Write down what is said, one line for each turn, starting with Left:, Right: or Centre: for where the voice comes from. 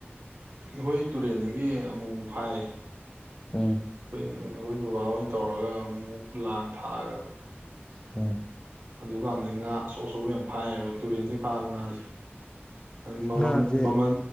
Right: ꯑꯩꯈꯣꯏ ꯇꯨꯔꯦꯟꯗꯒꯤ ꯑꯃꯨꯛꯃꯨꯛ ꯐꯥꯏꯌꯦ
Left: ꯎꯝ
Right: <unintelligible> ꯑꯩꯈꯣꯏ ꯕꯕꯥ ꯍꯣꯏꯅ ꯇꯧꯔꯒ ꯑꯃꯨꯛꯃꯨꯛ ꯂꯥꯡ ꯊꯥꯛꯑꯒ
Left: ꯎꯝ
Right: ꯑꯗꯨꯀꯥꯟꯗꯗꯤ ꯉꯥ ꯑꯆꯧ ꯑꯆꯧꯕ ꯌꯥꯝ ꯐꯥꯏꯌꯦꯕ ꯇꯨꯔꯦꯟꯗꯤ ꯐꯥꯕ ꯉꯥꯁꯦ ꯑꯗ ꯃꯃꯟ
Left: ꯉꯥꯁꯦ
Right: ꯃꯃꯜ